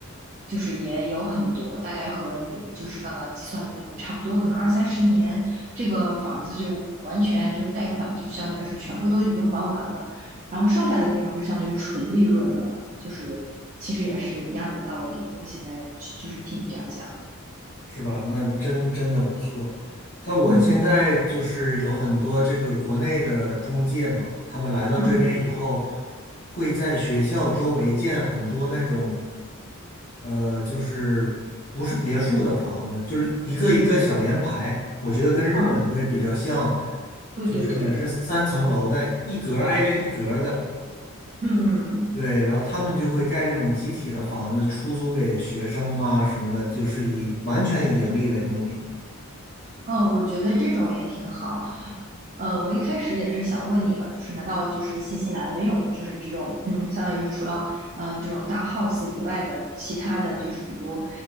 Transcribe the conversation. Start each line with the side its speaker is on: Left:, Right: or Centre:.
Right: 就是也有很多，大概和你就是刚刚计算的那种差不多，可能二三十年这个房子就完全就是贷款就相当于是全部都已经还完了，然后剩下的地方就相当于纯利润了，就是其实也是一样的道理。我现在就是听你这样讲，
Left: 是吧？那真真的不错。但我现在就是有很多这个国内的中介嘛，
Right: 嗯
Left: 他们来到这边以后，
Right: 嗯
Left: 会在学校周围建很多那种，呃，就是不是别墅的房子，就是一个一个小联排。
Right: 嗯，
Left: 我觉得跟日本会比较像，
Right: 啊，对对对，
Left: 就是也是三层楼，但一格儿挨着一格儿的。
Right: 嗯嗯。
Left: 对，然后他们就会盖这种集体的房子，出租给学生啊什么的，就是以完全以盈利为目的。
Right: 嗯，我觉得这种也挺好。呃，我一开始也是想问你了，就是难道就是新西兰没有就是这种嗯，相当于是除了嗯这种大 house 以外的其他的就是比如